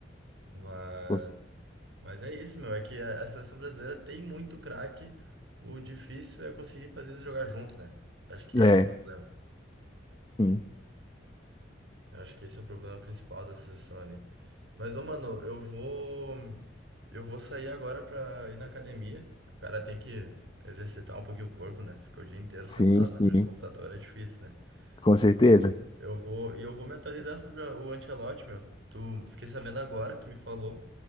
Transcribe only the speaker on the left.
Você-
É,
sim,
sim, sim,
com certeza.